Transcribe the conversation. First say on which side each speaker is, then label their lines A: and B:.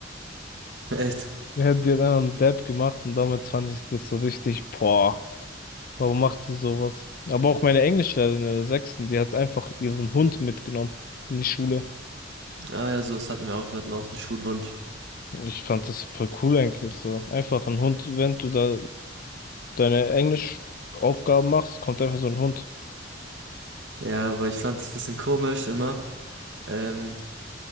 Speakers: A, on the right (about 70°); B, on the left (about 50°).
A: Echt?
B: Ja, Die hat die dann einen Dab gemacht und damals fand ich das so richtig, boah, warum macht sie sowas? Aber auch meine Englischlehrerin in der sechsten, die hat einfach ihren Hund mitgenommen in die Schule.
A: Ah ja, sowas hatten wir auch. Wir hatten auch einen Schulhund.
B: Ich fand das voll cool eigentlich so. Einfach ein Hund, wenn du da deine Englischaufgaben machst, kommt einfach so ein Hund.
A: Ja, aber ich fand es ein bisschen komisch immer. Ähm,